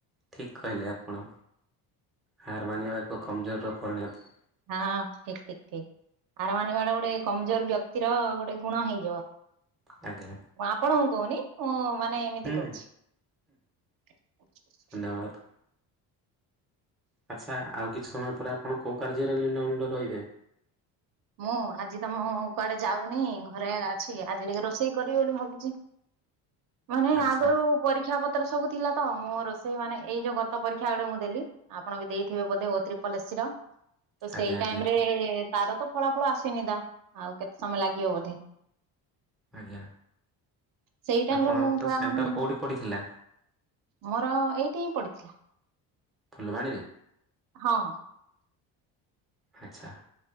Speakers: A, in the centre; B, on the right.
A: ଠିକ୍ କହିଲେ ଆପଣ। ହାରମାନିବା ଏକ କମଜୋର୍ ର ପରିଣତ।
B: ହଁ, ଠିକ୍ ଠିକ୍ ଠିକ୍ ହାଡ୍ ମାନିବାଡା ଗୁଡେ, କମଜୋର୍ ବ୍ୟକ୍ତିର ଗୋଟେ ଗୁଣ ହେଇଯିବ।
A: ଆଜ୍ଞା
B: ଆପଣଙ୍କୁ କହୁନି। ମୁଁ ମାନ୍ ନାଇଁ, ଏମିତି
A: ହୁଁ
B: କହୁଛି। <inaudible>
A: ଧନ୍ୟବାଦ। ଆଚ୍ଛା, ଆଉ କିଛି ସମୟ ପରେ, ଆପଣ କୋଉ କାର୍ଯ୍ୟରେ ଲିନ ଅଣ୍ଡ ରହିିବେ?
B: ମୁଁ, ଆଜି ତ ମୁଁ କୁଆଡେ ଯାଉନି? ଘରେ ଅଛି ଆଜି ଡ଼ିକେ ରୋଷେଇ କରିବି ବୋଲି ଭାବୁଛି! ମାନେ
A: ଆଚ୍ଛା
B: ଆଗରୁ ପରୀକ୍ଷା ପତ୍ ତ୍ର ସବୁ ଥିଲା ତ, ମୁଁ ରୋଷେଇ ମାନେ, ଏଇ ଯୋଉ ଗତ ପରୀକ୍ଷା ଗୋଟେ ମୁଁ ଦେଲି, ଆପଣ ବି ଦେଇଥିବେ ବୋଧେ! ଓ ତ୍ରିପଲ ଏସ୍ ସି ର। ତ,
A: ଆଜ୍ଞା
B: ସେଇ
A: ଆଜ୍ଞା
B: ଟାଇମ୍ ରେ ତାର ତ ଫଳାଫଳ ଆସିନି ତ! ଆଉ କେତେ ସମୟ ଲାଗିବ ବୋଧେ?
A: ଆଜ୍ଞା,
B: ସେଇ ଟାଇମ
A: ଆପଣଙ୍କର
B: ର ମୁଁ ପୁରା
A: ସେଣ୍ଟର
B: ମାନେ
A: କଉଠି ପଡ଼ିଥିଲା?
B: ମୋର, ଏଇଟି ହିଁ ପଡିଥିଲା।
A: ଫୁଲବାଣୀରେ?
B: ହଁ।
A: ଆଚ୍ଛା।